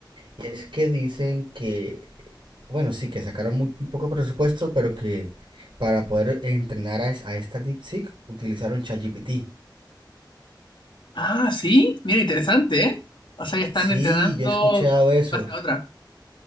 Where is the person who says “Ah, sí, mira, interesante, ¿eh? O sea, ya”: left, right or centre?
Left